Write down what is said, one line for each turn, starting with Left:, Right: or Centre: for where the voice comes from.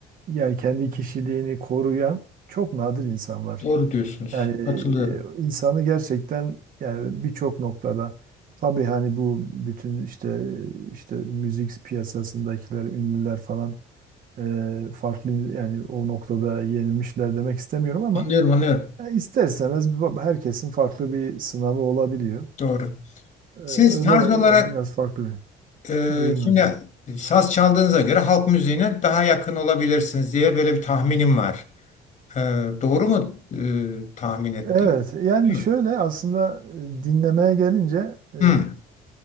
Right: yani kendi kişiliğini koruyan çok nadir insan var.
Left: Doğru diyorsunuz.
Right: Yani
Left: Katılıyorum.
Right: e, insanı gerçekten yani birçok noktada tabii hani bu bütün işte işte müzik piyasasındakiler, ünlüler falan e, farklı yani o noktada yenilmişler demek istemiyorum ama
Left: Anlıyorum, anlıyorum.
Right: ya ister istemez bir herkesin farklı bir sınavı olabiliyor.
Left: Doğru.
Right: Ee, Öyle
Left: Siz tarz olarak
Right: yani biraz farklı bir.
Left: e,
Right: Buyurun
Left: şimdi
Right: hocam.
Left: saz çaldığınıza göre halk müziğine daha yakın olabilirsiniz diye böyle bir tahminim var. E, doğru mu e, tahmin ettim?
Right: Evet yani
Left: Değil
Right: şöyle
Left: mi?
Right: aslında e, dinlemeye gelince e,
Left: Hı,